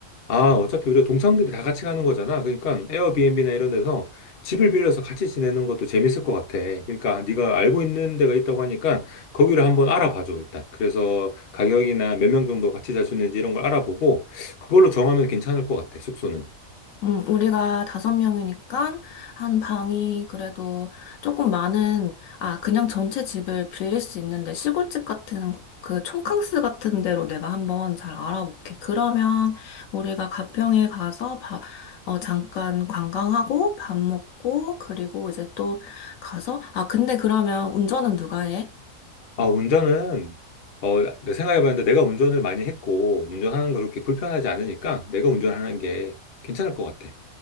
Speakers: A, on the left; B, on the left.
A: 아, 어차피 우리가 동창들이 다 같이 가는 거잖아. 그러니까 에어비앤비나 이런 데서 집을 빌려서 같이 지내는 것도 재밌을 것 같아. 그러니까 네가 알고 있는 데가 있다고 하니까 거기를 한번 알아봐줘, 일단. 그래서 가격이나 몇 명 정도 같이 잘 수 있는지 이런 걸 알아보고 그걸로 정하면 괜찮을 것 같아, 숙소는.
B: 음, 우리가 다섯 명이니까 한 방이 그래도 조금 많은, 아, 그냥 전체 집을 빌릴 수 있는데 시골집 같은 그 촌캉스 같은 데로 내가 한번 잘 알아볼게. 그러면 우리가 가평에 가서 바, 어, 잠깐 관광하고 밥 먹고 그리고 이제 또 가서, 아, 근데 그러면 운전은 누가 해?
A: 아, 운전은 어, 내 생각해봤는데 내가 운전을 많이 했고 운전하는 거 그렇게 불편하지 않으니까 내가 운전하는 게 괜찮을 것 같아.